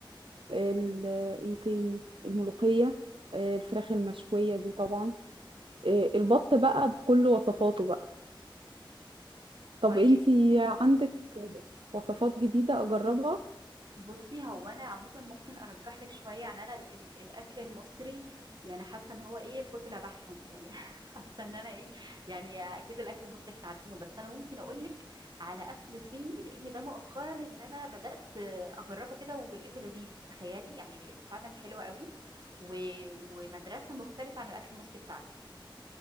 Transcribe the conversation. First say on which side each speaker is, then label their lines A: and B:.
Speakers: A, on the right; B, on the right.
A: ال- ايه تاني الملوخية آه الفراخ المشوية دي طبعا آه البط بقى بكل وصفاته بقى طب
B: طيب
A: انتي عندك وصفات جديدة اجربها
B: بصي هو انا عموما ممكن ارجح لك شويه يعني انا ال- ال- الاكل المصري يعني حاسه ان هو ايه كتله بحثا يعني <laughs> حاسه ان انا ايه يعني اكيد الاكل المصري احنا عارفينه بس انا ممكن اقول لك على اكل صيني لان ده مؤخرا ان انا بدات اجربه كده ولقيته لذيذ تخيلي يعني لقيته فعلا حلو قوي و... ومدرسه مختلفه عن الاكل المصري بتاعنا